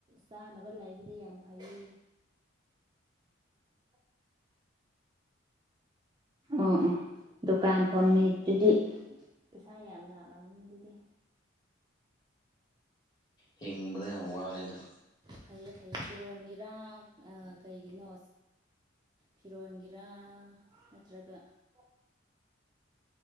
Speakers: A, on the right; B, on the left.
A: ꯆꯥꯅꯕ ꯂꯩꯕꯗꯤ ꯌꯥꯝ ꯐꯩ ꯑꯣ ꯑꯣ ꯗꯨꯀꯥꯟ ꯐꯝꯃꯤ ꯑꯗꯨꯗꯤ ꯏꯁꯥ ꯌꯥꯝ ꯂꯥꯛꯂꯝꯃꯤꯅꯤ ꯑꯗꯨꯗꯤ
B: ꯍꯤꯡꯕꯗ ꯌꯥꯝ ꯋꯥꯔꯦꯗ
A: ꯐꯩꯌꯦ ꯐꯩꯌꯦ ꯐꯤꯔꯣꯟꯒꯤꯔꯥ ꯀꯩꯒꯤꯅꯣ ꯐꯤꯔꯣꯟꯒꯤꯔꯥ ꯅꯠꯇ꯭ꯔꯒ